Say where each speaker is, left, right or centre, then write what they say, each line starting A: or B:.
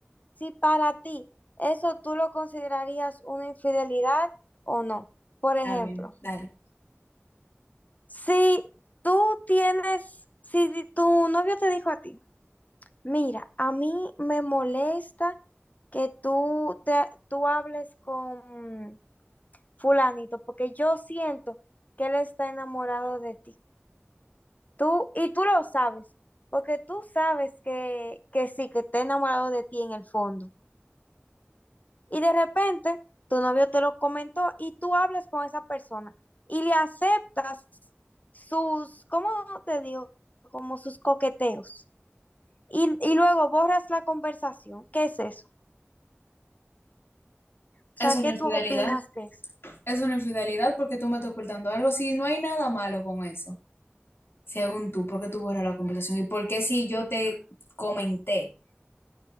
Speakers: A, on the left; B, on the left.
A: si para ti eso tú lo considerarías una infidelidad o no. Por
B: está
A: ejemplo,
B: bien, dale.
A: si tú tienes, si tu novio te dijo a ti, Mira, a mí me molesta que tú, te, tú hables con fulanito, porque yo siento que él está enamorado de ti. Tú, y tú lo sabes, porque tú sabes que, que sí, que está enamorado de ti en el fondo. Y de repente tu novio te lo comentó y tú hablas con esa persona y le aceptas sus, ¿cómo te digo? Como sus coqueteos. Y, y luego borras la conversación. ¿Qué es eso? O
B: Es
A: sea,
B: una
A: ¿qué
B: infidelidad.
A: tú opinas de eso?
B: Es una infidelidad porque tú me estás ocultando algo. Si no hay nada malo con eso, según tú, ¿por qué tú borras la conversación? ¿Y por qué si yo te comenté